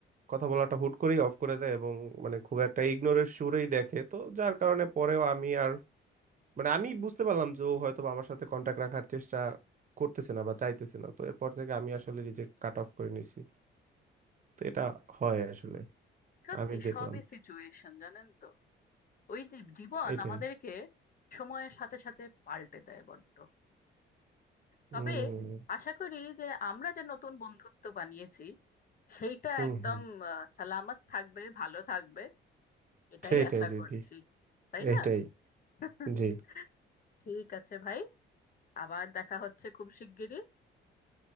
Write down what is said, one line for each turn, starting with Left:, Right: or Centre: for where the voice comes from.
Right: কথা বলাটা হুট করেই অফ করে দেয় এবং মানে খুব একটা ইগনোরের সুরেই দেখে তো যার কারণে পরেও আমি আর মানে আমি বুঝতে পারলাম যে ও হয়তো বা আমার সাথে কন্টাক্ট রাখার চেষ্টা করতেছে না বা চাইতেছে না তো এরপর থেকে আমি আসলে নিজে কাট অফ করে নিছি তো এটা হয় আসলে
Left: সত্যি
Right: আমি দেখলাম
Left: সবই সিচুয়েশন জানেন তো ওই যে জীবন
Right: সেটাই
Left: আমাদেরকে সময়ের সাথে সাথে পাল্টে দেয় বড্ড
Right: হুম
Left: তবে আশা করি যে আমরা যে নতুন বন্ধুত্ব বানিয়েছি সেইটা
Right: হুম
Left: একদম
Right: হুম।
Left: আহ, সালামত থাকবে ভালো থাকবে এটাই
Right: সেইটাই
Left: আশা
Right: দিদি
Left: করছি তাই
Right: এইটাই
Left: না <laughs>
Right: জি
Left: ঠিক আছে ভাই আবার দেখা হচ্ছে খুব শিগগিরই